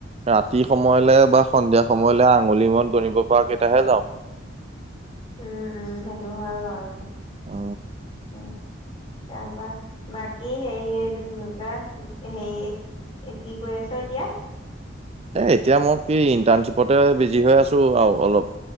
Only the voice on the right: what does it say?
ৰা তি সময়লে বা সন্ধিয়া সময়লে আঙুলি মন বনিব পৰা কেইটাহে যাওঁ।
অ।
এ এতিয়া মই কি ইণ্টাৰ্ণশ্বিপতে বিজি হৈ আছো আৰু অলপ।